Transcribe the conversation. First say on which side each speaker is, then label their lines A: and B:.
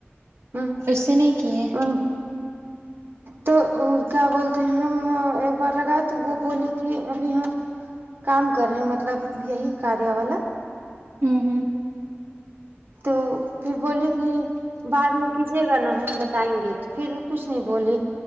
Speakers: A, on the right (about 50°); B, on the right (about 70°).
A: ہوں
B: اس سے نہیں کیے
A: ہ تو کیا بولتے ہیں ہم بار لگا تو وہ بولی کی ابھی ہم کام کر رہے ہیں مطلب یہی کاریا والا
B: ہوں ہوں
A: تو پھر بولی کہ بعد میں کیجیے گا نا ہم بتائیں گے تو پھر کچھ نہیں بولی